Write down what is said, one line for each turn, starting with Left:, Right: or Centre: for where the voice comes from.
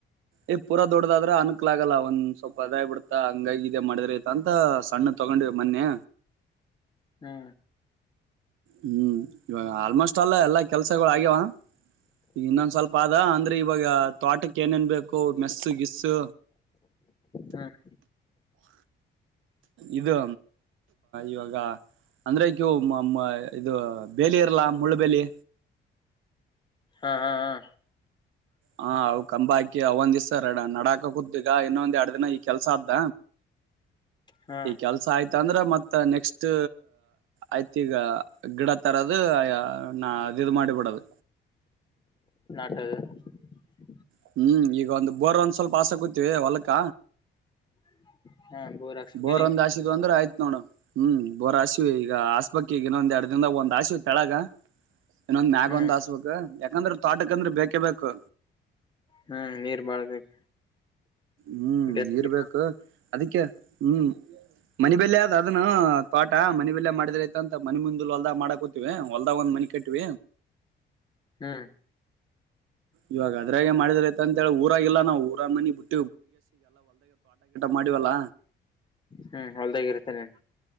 Right: ಏ್ ಪೂರ ದೊಡದ ಆದ್ರ ಅನ್ಕ್ಲಾಗಲ್ಲ ಒಂದ್ ಸ್ವಲ್ಪ ಅದಾಯ ಬಿಡ್ತಾ ಹಂಗ ಇೇ ಮಾಡಿದ್ರತ ಅಂತ ಸಣ್ಣ ತೊಗೊಂಡ ಮೊನ್ನೆ
Left: ಹ್ಮ್
Right: ಹ್ಮ್ ಇವಾಗ ಆಲ್ಮೋಸ್ಟ್ ಎಲ್ಲ ಎಲ್ಲಾ ಕೆಲ್ಸಗಳು ಆಗ್ಯಾವ ಈಗ ಇನ್ನೊಂದ್ ಸ್ವಲ್ಪ ಆದದ ಅಂದ್ರೆ ಇವಾಗ ತೋಟಕ್ಕೆ ಏನೇನ್ ಬೇಕು ಮೆಸ್ಸು ಗಿಸ್ಸು
Left: ಹ್ಮ್
Right: ಇದು ಇವಾಗ ಅಂದ್ರೆ ಕವು ಇದು ಬೇಲಿ ಇರಲ್ಲಾ ಮುಳ್ಳುಬೇಲಿ
Left: ಹಾಂ ಹಾ ಹಾ
Right: ಹಾ ಅವ ಕಂಬ ಆಯತು ಒಂದ್ ದ್ಸ ನಡಾಕ ಕುದ್ದಿಗ ಇನ್ನೊಂದ್ ಎರಡ್ ದಿನ ಈ ಕೆಲ್ಸ ಅದ್ದ
Left: ಹಾ
Right: ಈ ಕೆಲಸ ಂದ್ರ ಮತ್ತ ನೆಕ್ಸ್ಟ್ ಆಯ್ತಿ ಈಗ ಗಿಡ ತರದ ನ ಇದು ಮಾಡಿಬಡದು
Left: ಇಟ <inaudible>
Right: ಹ್ಮ್ ಈಗ ಒಂದು ಬೋರ್ ಒಂದ ಸ್ವಲ್ಪ ಆಸೆ ಕೂತಿವಿ ಹೊಲಕ್ಕ
Left: <unintelligible> ಹಾಕ್ಸಕನಿ
Right: ಬೋರ್ ಒಂದ್ ಹಾಕಿದೆ ಅಂದ್ರೆ ಆಯಿತು. ನೋಡ ಹ್ಮ್ ಬೋರ್ ಹಶಿವ ಈಗ ಆಸ್ಪಕ್ಕ ಈಗ ಇನ್ನೊಂದ ಎರಡ್ ದಿನದ ಒಂದ್ ಆಶಿವ ತೆಳಗ. ಇನ್ನೊಂದ್ ಮ್ಯಾಗ
Left: ಹ್ಮ್
Right: ಒಂದ್ ಹಸ್ಬೇಕ್ ಯಾಕಂದ್ರ ತೋಟಕಂದ್ರೆ ಬೇಕೇ ಬೇಕು.
Left: ಹ್ಮ್ ನೀರ್ ಬಾಳ್ಬೇಕು.
Right: ಹ್ಮ್
Left: ಬೆಳಗ್ಗೆ
Right: ನೀರ್ಬೇಕು ಅದಕ್ಕೆ. ಹ್ಮ್ ಮನಬಲ್ಯ ಆದ್ ಅದನ್ನ ತೋಟ ಮನಬಲ್ಯ ಮಾಡಿದ್ರ ಆತಂತ ಮನೆ ಮುಂದ. ಹೊಲ್ದ್ ಮಾಡಕ್ ಕೂತವಿ ಹೊಲ್ದಾಗ ಒಂದ್ ಮನಿ ಕಟ್ಿವ.
Left: ಹ್ಮ್.
Right: ಇವಾಗ ಅದ್ರಾಗೆ ಮಾಡಿದ್ರ ಐತ ಅಂತ ಹೇಳಿ ಊರಾಗಿಲ್ಲಾ ನಾವವು ಊರ ಮನಿ ಬಿಟ್ಟವಿ. ಮಡಿವಲ್ಲ
Left: ಹ್ಮ್ ಹೊಲ್ದಾಗಿರುತ್ತೆ ನೀನ್